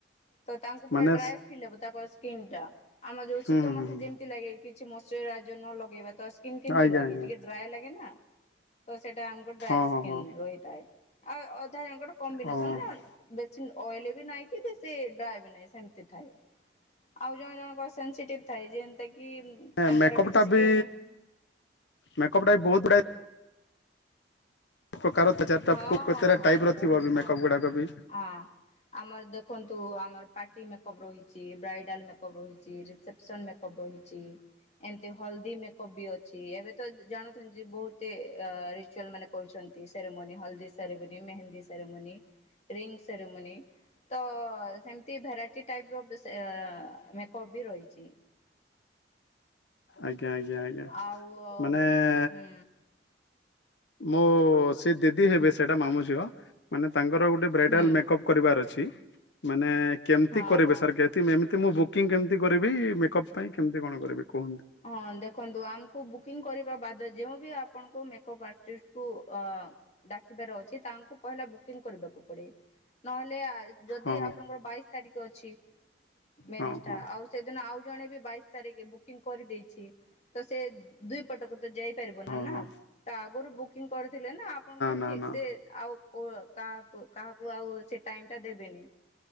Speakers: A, on the left; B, on the left.
A: ତ ତାଙ୍କୁ ପୁରା
B: ମାନେ
A: ଡ୍ରାଇ ଫିଲ୍ ହବ ତାଙ୍କ ସ୍କିନ୍ ଟା। ଆମର ଯୋଉ
B: ହୁଁ
A: ଶୀତ
B: ହୁଁ
A: ମାସେ
B: ହୁଁ
A: ଯେମିତି ଲାଗେ କିଛି ମଇଶ୍ଚରାଇଜର ନ ଲଗେଇବା ତ ସ୍କିନ୍ କେମିତି
B: ଆଜ୍ଞା
A: ଲାଗେ
B: ଆଜ୍ଞା
A: ଟିକେ ଡ୍ରାଏ ଲାଗେ ନା ତ ସେଇଟା ଆମ ଡ୍ରଏ
B: ହଁ
A: ସ୍କିନ୍
B: ହଁ ହଁ
A: ରହିଥାଏ ଆଉ ଅଧା ଜଣଙ୍କର କମ୍ବିନେସନ
B: ହଁ
A: ର ବେଶୀ ଆଏଲି ନାଇଁ କି ବେଶୀ ଡ୍ରଏ ବି ନାଇଁ ସେମିତି ଥାଏ। ଆଉ ଜଣ ଜଣଙ୍କର ସେନ୍ସିଟିଭ ଥାଏ ଯେନ୍ତା କି ତାଙ୍କର
B: ମେକପ୍
A: କିଛି
B: ଟା
A: ସ୍କିନ୍
B: ବି ମେକଅପ୍ ଟା ବି ବହୁତ ଗୁଡ଼ାଏ ପ୍ରକାର
A: ହଁ
B: କେତେଟା
A: ହଁ ହଁ
B: ଟାଇପ ର
A: ବହୁତ
B: ଥିବ ବି ମେକଅପ୍
A: ହଁ
B: ଗୁଡାକ ବି
A: ଆ ଆମର ଦେଖନ୍ତୁ ଆମର ପାର୍ଟି ମେକଅପ୍ ରହିଚି ବ୍ରାଇଡ଼ାଲ ମେକଅପ୍ ରହିଚି ରିସେପସନ୍ ମେକଅପ୍ ରହିଚି ଏମିତି ହଳଦୀ ମେକପ୍ ବି ଅଛି ଏବେ ତ ଜାଣୁଛନ୍ତି ବହୁତ ଇ ରିଚୁଆଲ ମାନେ କରୁଛନ୍ତି ସେରମାନୀ ହଳଦୀ ceremony, mehndi ceremony, ring ceremony ତ ହେମିତି ଭେରାଇଟି ଟାଇପ ର ଅ ମେକଅପ୍ ବି ରହିଚି।
B: ଆଜ୍ଞା ଆଜ୍ଞା ଆଜ୍ଞା
A: ଆଉ
B: ମାନେ ଏ
A: ହୁଁ
B: ମୋ ସେ ଦିଦି ହେବେ ସେଇଟା ମାମୁ ଝିଅ ମାନେ ତାଙ୍କର ଗୋଟେ ବ୍ରାଇଡାଲ
A: ହୁଁ
B: ମେକପ କରିବାର ଅଛି ମାନେ କେମିତି
A: ହଁ
B: କରିବେ
A: ହଁ।
B: ସାର୍ କେ ଏମିତି ମୁଁ ବୁକିଂ କେମିତି କରିବି ମେକଅପ୍ ପାଇଁ କେମତି କଣ କରିବି କୁହନ୍ତୁ?
A: ହଁ ଦେଖନ୍ତୁ ଆମକୁ ବୁକିଂ କରିବା ବାଦ ଯେଉଁ ବି ଆପଣଙ୍କୁ ମେକଅପ୍ ଆର୍ଟିଷ୍ଟକୁ ଅ ଡାକିବାର ଅଛି ତାଙ୍କୁ ପହଲେ ବୁକିଂ କରିବାକୁ ପଡେ ନହେଲେ ଆ ଯଦି
B: ହଁ
A: ଆପଣଙ୍କର ବାଇଶ ତାରିଖ ଅଛି ମ୍ୟାରେଜ
B: ହଁ ହଁ
A: ଟା ଆଉ ସେଦିନ ଆଉ ଜଣେ ବି ବାଇଶି ତାରିଖ ବୁକିଂ କରିଦେଇଛି ତ ସେ ଦୁଇ ପଟକୁ ତ ଯାଇପାରିବ ନା
B: ହଁ ହଁ ହଁ
A: ତ ଆଗରୁ ବୁକିଂ କରିଥିଲେ ନା ଆପଣଙ୍କର
B: ନା
A: ଫିକ୍ସ
B: ନା
A: ସେ ଆଉ କ ଉ କାହାକୁ କାହାକୁ ଆଉ ସେ ଟାଇମ ଟା ଦେବେନି।